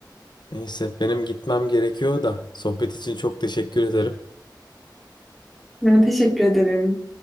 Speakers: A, on the left; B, in the centre.
A: Neyse benim gitmem gerekiyor da sohbet için çok teşekkür ederim.
B: Ben teşekkür ederim.